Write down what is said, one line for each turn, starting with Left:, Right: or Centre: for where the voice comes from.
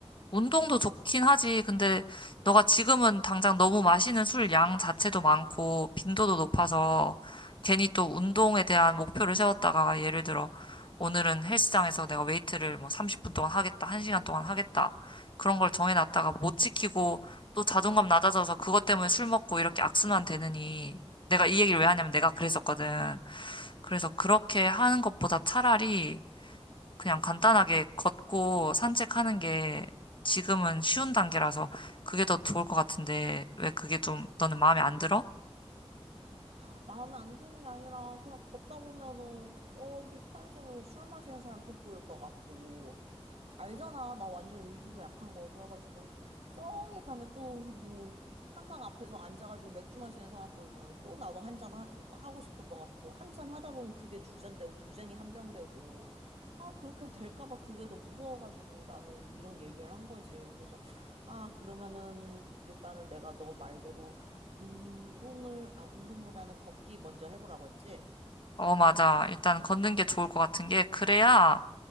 Left: 운동도 좋긴 하지. 근데 너가 지금은 당장 너무 마시는 술 양 자체도 많고 빈도도 높아서 괜히 또 운동에 대한 목표를 세웠다가 예를 들어 오늘은 헬스장에서 내가 웨이트를 뭐 30분 동안 하겠다, 한 시간 동안 하겠다. 그런 걸 정해놨다가 못 지키고 또 자존감 낮아져서 그것 때문에 술 먹고 이렇게 악순환 되느니 내가 이 얘기를 왜 하냐면 내가 그랬었거든. 그래서 그렇게 하는 것보다 차라리 그냥 간단하게 걷고 산책하는 게 지금은 쉬운 단계라서 그게 더 좋을 것 같은데 왜 그게 좀 너는 마음에 안 들어?
Right: 아, 마음에 안 드는 게 아니라 그냥 걷다 보면은 저기 편의점에서 술 마시는 사람 또 보일 것 같고 알잖아. 나 완전 의지도 약한 거. 그래가지고, 저기 가면 또, 뭐, 한강 앞에서 앉아가지고 맥주 마시는 사람 보이면 또 나도 한 잔 하고, 하고 싶을 것 같고, 한 잔 하다 보면 그게 두 잔 되고, 두 잔이 한 병 되고, 아, 그렇게 될까 봐 그게 더 무서워가지고 나는 이런 얘기를 한 거지. 그래서, 아, 그러면은, 일단은 내가 너 말대로 운동을, 아, 운동보다는 걷기 먼저 해보라고 했지?
Left: 어, 맞아.
Right: 걷-
Left: 일단 걷는 게 좋을 것 같은 게 그래야